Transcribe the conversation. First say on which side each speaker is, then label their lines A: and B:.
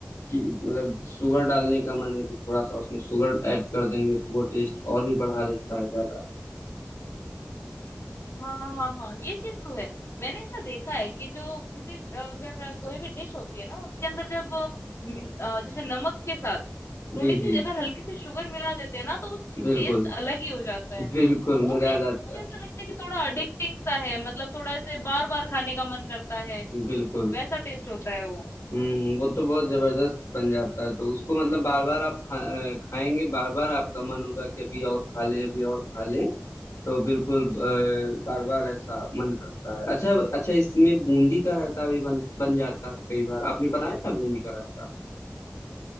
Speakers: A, on the left (about 85°); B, on the left (about 65°).
A: कि मतलब शुगर डालने का मन है तो थोड़ा सा उसमें शुगर ऐड कर देंगे तो वो टेस्ट और भी बढ़ा देता है ज्यादा
B: हाँ हाँ हाँ ये चीज तो है मैंने ऐसा देखा है कि जो किसी अगर कोई भी डिश होती है ना उसके अंदर जब अ, मिन- अ, जैसे नमक के साथ
A: जी
B: थोड़ी-सी
A: जी
B: अगर हल्की सी शुगर मिला देते हैं ना तो उसका
A: बिल्कुल
B: टेस्ट अलग ही हो जाता है।
A: बिल्कुल
B: और वो
A: मजा
B: टेस्ट
A: आ जाता
B: ना मुझे
A: है
B: ऐसा लगता है कि थोड़ा एडिक्टिंग सा है मतलब थोड़ा ऐसे बार-बार खाने का मन करता है,
A: बिल्कुल
B: वैसा टेस्ट होता है वो।
A: हम्म वो तो बहुत जबरदस्त बन जाता है तो उसको मतलब बार बार आप खा, अ, खाएंगे बार बार आपका मन होगा कि अभी और खा लें अभी और खा लें तो बिल्कुल बार बार ऐसा मन करता है अच्छा अच्छा इसमें बूंदी का रायता भी बन बन जाता है कई बार आपने बनाया है बूंदी का रायता